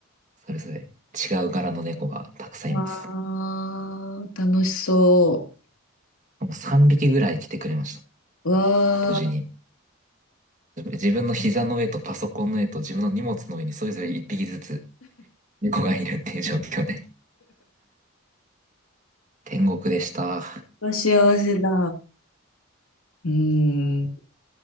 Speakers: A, on the right; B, on the left.
A: それぞれ違う柄の猫がたくさんいます。
B: わあ、楽しそ
A: もう3匹ぐらい来てくれました。
B: う。わ
A: 同時に。自分の膝の上とパソコンの上と自分の荷物の上にそれぞれ1匹ずつ猫がいるっていう状況で。天国でした。
B: あ、幸せだ。うーん。